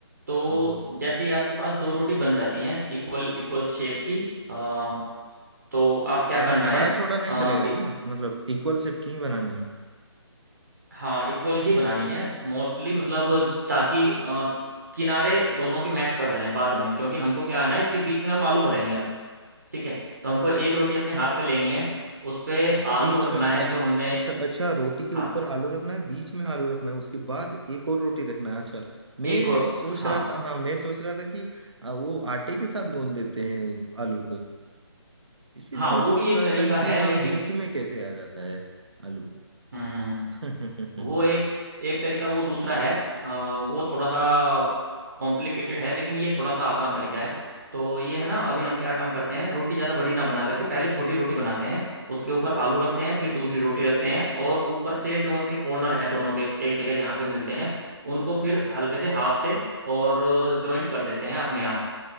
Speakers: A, on the right (about 40°); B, on the right (about 75°).
A: तो
B: हाँ हाँ
A: जैसे ही आपके पास दो रोटी बन जाती हैं इक्वल इक्वल शेप की अ, तो आप क्या
B: बड़ा
A: करना है
B: बड़ा छोटा नहीं
A: अ,
B: चलेगा
A: इ,
B: क्या मतलब इक्वल शेप की ही बनानी है
A: हाँ इक्वल ही बनानी है मोस्टली
B: अच्छा
A: मतलब ताकि अ, किनारे दोनों के मैच कर जाएं बाद में क्योंकि हमको क्या है ना इसके बीच में हम आलू भरेंगे अब ठीक है तो हमको एक रोटी अपने हाथ पे लेनी है उस पे
B: अच्छा
A: आलू
B: बीच
A: रखना
B: में अच्छा
A: है जो हमने
B: अच्छा अच्छा रोटी के
A: हाँ
B: ऊपर आलू रखना है बीच में आलू रखना है उसके बाद एक और रोटी रखना है अच्छा मैं
A: एक और
B: सोच
A: हाँ
B: रहा था हाँ मैं सोच रहा था कि अ, वो आटे के साथ गूंद देते हैं आलू को इसीलिए
A: हाँ
B: मैं
A: वो
B: सोच
A: भी एक
B: रहा
A: तरीका
B: था कि
A: है
B: हाँ
A: लेकिन
B: बीच में कैसे आ जाता है आलू
A: हम्म
B: <laughs> हम्म,
A: वो एक एक तरीका वो दूसरा है अ, वो थोड़ा सा कॉम्प्लिकेटेड है लेकिन ये थोड़ा सा आसान तरीका है तो ये है ना अभी हम क्या काम करते हैं रोटी ज़्यादा बड़ी ना बना करके पहले छोटी रोटी बनाते हैं उसके ऊपर आलू रखते हैं फिर दूसरी रोटी रखते हैं और ऊपर से जो उनके कॉर्नर हैं दोनों के एक जगह जहाँ पे मिलते हैं उनको फिर हल्के से हाथ से और जॉइंट कर देते हैं अपने आप